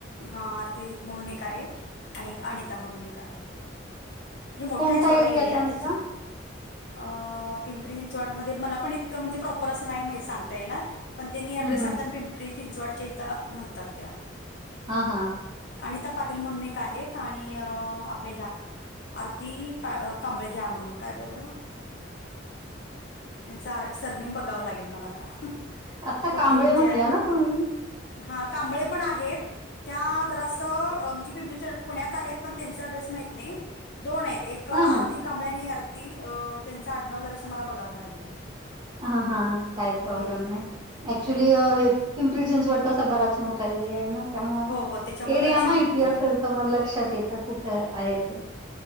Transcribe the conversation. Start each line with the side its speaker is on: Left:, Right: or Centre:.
Left: हा आरती म्हणून एक आहे आणि एक अनिता म्हणून एक आहे हे मोठा
Right: कोणता
Left: आहे सोडा एरिया
Right: त्यांचा
Left: त्याच्या अ पिंपरी चिंचवडमध्येध्ये मला पण इतकं म्हणजे प्रॉपर असं नाही मा सांगता ये ना पण त्यांनी अऍड्रेस
Right: हं, हं.
Left: सांगताना पिंपरी चिंचवडच्या इथं म्हणतात त्या
Right: हा हा
Left: अनिता पाटील म्हणुनेक आहेत आणि आपल्या ह्या आरती कांबळे घ्या म्हणून काय बरं त्यांचा सरनेम बघावं लागेल मला आता
Right: आत्ता
Left: खूप
Right: कांबळे
Left: दिव म्हणजे
Right: म्हटल्या ना तुम्ही
Left: हा कांबळे पण आहेत त्या दरासं म्हणजे पिंपरी च पुण्यात आहेत पण त्यांचा ड्रेस माहत नाही दोन आहेत एक एक आरती
Right: हा हा
Left: कांबळ्याने आरती अ त्यांचा आडनव जर असं मला बघावं लागेल
Right: हा हा काही प्रॉब्लेम
Left: हम्म
Right: नाही ऍक्च्युली
Left: हां
Right: हे चिंचवड तसा बराच मोठा एरिया आहे ना त्यामुळे
Left: हो हो त्याच्यामुळे
Right: एरिया
Left: लक्षात
Right: माहितती
Left: येत नाही
Right: असेल
Left: ते
Right: तर मग लक्षात येतं कुठे आहे ते